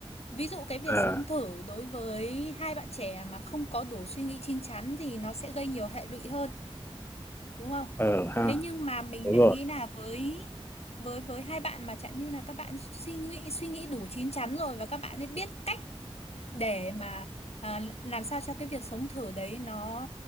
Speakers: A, on the left; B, on the left.
A: Ví dụ cái việc
B: ờ
A: sống thử đối với hai bạn trẻ mà không có đủ suy nghĩ chín chắn thì nó sẽ gây nhiều hệ lụy hơn, đúng không?
B: ờ
A: Thế
B: ha
A: nhưng mà mình
B: đúng
A: lại
B: rồi
A: nghĩ là với với với hai bạn mà chẳng như là các bạn suy nghĩ suy nghĩ đủ chín chắn rồi và các bạn ấy biết cách để mà à, làm sao cho cái việc sống thử đấy nó